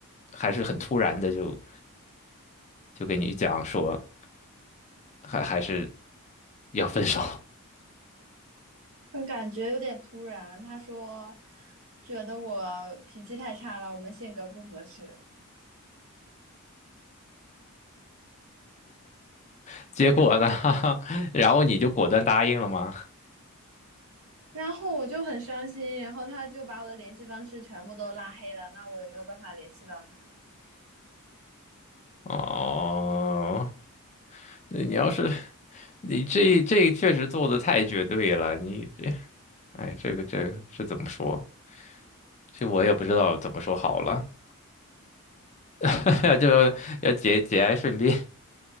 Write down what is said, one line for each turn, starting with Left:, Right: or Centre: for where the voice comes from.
Left: 还是很突然的就就跟你讲说还还是要分手，
Right: 但感觉有点突然。他说，觉得我脾气太差了，我们性格不合适。
Left: <laughs> 结果呢，<laughs> 然后你就果断答应了吗？
Right: 然后我就很伤心，然后他就把我的联系方式全部都拉黑了，那我也没有办法联系到他。
Left: 哦，那你要是你这这确实做的太绝对了，你这哎这个这是怎么说？这我也不知道怎么说好了，<laughs> 就要要节节哀顺变。